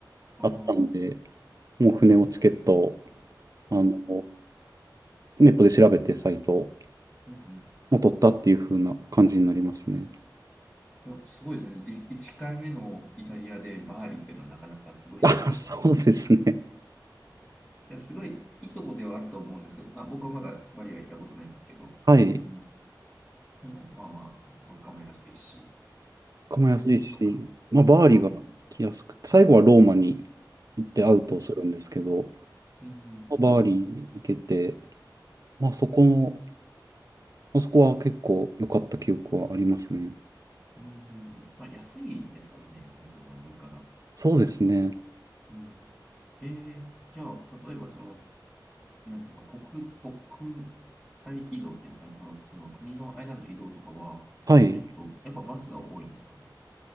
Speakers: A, in the centre; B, on the right.
A: ああ、
B: あったんで、もう船をチケットを、あの、
A: うん、
B: ネットで調べてサイトを
A: うん、うん。
B: もう取ったっていう風な感じになりますね。
A: でもすごいですね。い1回目のイタリアでバーリーっていうのはなかなかすごいなって思います。
B: あ、そうですね。
A: いや、すごいいいとこではあると思うんですけど、まあ、僕はまだバリは行ったことないんですけど、
B: はい。
A: うん、うんまあまあ、物価も安いし、
B: ここも安いし、
A: なんて言うんでしょうか。
B: まあ、バーリが来やすくて、
A: そう
B: 最後はローマに行ってアウトをするんですけど、
A: うん。うん、うん、
B: まあバーリ行けて、
A: うん。
B: まあ、そこの、まあ、そこは結構良かった記憶はありますね。
A: うん、うん。うんまあ、安いですからね、まずその物価が。
B: そうですね。
A: うん。へえ、じゃあ、例えばその、なんですか、国、国際移動っていうんですかね、その、その国の間の移動とかは、
B: はい。
A: えっと、やっぱバスが多いんですかね。